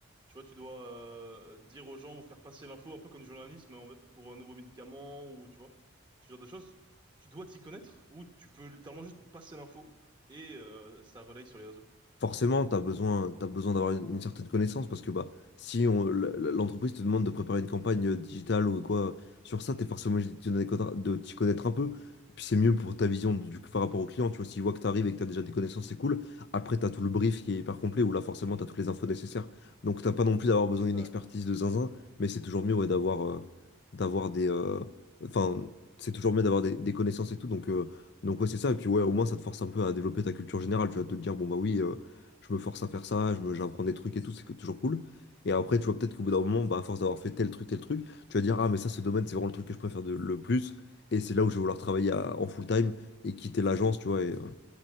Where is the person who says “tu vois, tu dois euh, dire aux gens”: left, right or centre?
Right